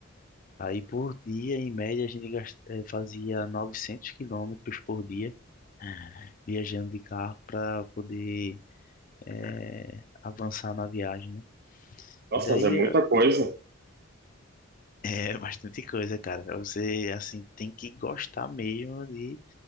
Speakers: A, on the left; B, on the right.
A: Aí por dia, em média, a gente gas- eh, fazia 900 quilômetros por dia, eh, viajando de carro para poder eh, avançar na viagem, né?
B: Nossa,
A: E daí
B: mas é muita
A: eh,
B: coisa.
A: <laughs> é bastante coisa, cara. Você, assim, tem que gostar mesmo de